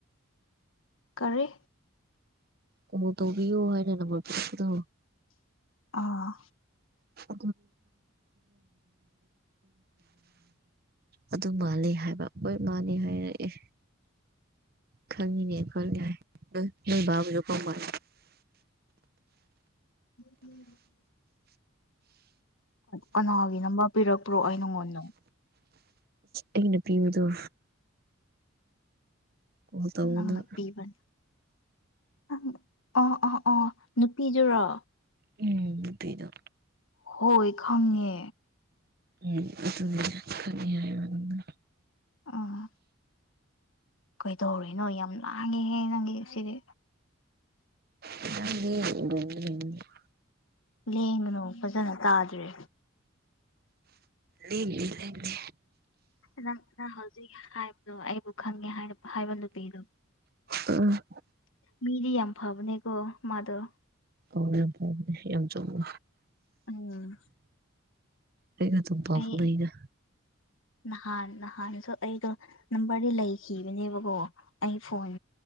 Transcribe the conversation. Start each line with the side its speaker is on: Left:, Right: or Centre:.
Left: ꯀꯔꯤ
Right: ꯀꯣꯜ ꯇꯧꯕꯤꯌꯨ ꯍꯥꯏꯅ ꯅꯝꯕ꯭ꯔ ꯄꯤꯔꯛꯄꯗꯣ
Left: ꯑꯥ
Right: <unintelligible> ꯑꯗꯨ ꯃꯥꯜꯂꯤ ꯍꯥꯏꯕ ꯍꯣꯏ ꯃꯥꯅꯤ ꯍꯥꯏꯔꯛꯑꯦ ꯈꯪꯉꯤꯅꯦ ꯑꯩ ꯈꯣꯏ ꯌꯥꯣꯏ ꯅꯣꯏ ꯕꯥꯕꯨꯁꯨ ꯀꯥꯎꯃꯜ
Left: ꯎꯝ ꯎꯝ <inaudible> ꯀꯅꯥꯒꯤ ꯅꯝꯕꯔ ꯄꯤꯔꯛꯄ꯭ꯔꯣ ꯑꯩ ꯅꯪꯉꯣꯟꯗ
Right: ꯑꯩꯅ ꯄꯤꯕꯗꯣ ꯀꯣꯜ ꯇꯧꯅ
Left: ꯅꯪꯅ ꯄꯤꯕꯅꯦ ꯑꯪ ꯑ ꯑꯥ ꯑꯣ ꯅꯨꯄꯤꯗꯨꯔꯣ
Right: ꯎꯝ ꯊꯩꯅꯣ
Left: ꯍꯣꯏ ꯈꯪꯉꯦ
Right: ꯎꯝ ꯑꯗꯨꯗꯤ ꯈꯅꯤ ꯍꯥꯏꯕ ꯑꯗꯨ
Left: ꯑꯣ ꯀꯩꯗꯧꯔꯤꯅꯣ ꯌꯥꯝ ꯂꯥꯡꯉꯤꯍꯦ ꯅꯪꯒꯤ ꯁꯤꯗꯤ
Right: ꯑꯣꯡ
Left: ꯂꯦꯡꯒꯅꯨ ꯐꯖꯅ ꯇꯥꯗ꯭ꯔꯦ
Right: ꯂꯦꯝꯗꯦ ꯂꯦꯝꯗꯦ
Left: ꯅꯪ ꯅꯪ ꯍꯧꯖꯤꯛ ꯍꯥꯏꯕꯗꯣ ꯑꯩꯕꯨ ꯈꯪꯉꯦ ꯍꯥꯏꯔꯛ ꯍꯥꯏꯕ ꯅꯨꯄꯤꯗꯣ
Right: ꯎꯝ
Left: ꯃꯤꯗꯤ ꯌꯥꯝ ꯐꯕꯅꯦꯀꯣ ꯃꯥꯗꯣ
Right: ꯑꯣ ꯌꯥꯝ ꯐꯥꯎꯅꯦꯦ ꯌꯥꯝ ꯆꯨꯝꯕ
Left: ꯎꯝ
Right: ꯑꯩꯩꯒ ꯑꯗꯨꯝ ꯄꯥꯎ
Left: ꯑꯩ
Right: ꯐꯥꯎꯅꯩꯗꯥ
Left: ꯅꯍꯥꯟ ꯅꯍꯥꯟꯁꯨ ꯑꯩꯗꯣ ꯅꯝꯕꯔꯗꯤ ꯂꯩꯈꯤꯕꯅꯦꯕꯀꯣ ꯑꯩ ꯐꯣꯟ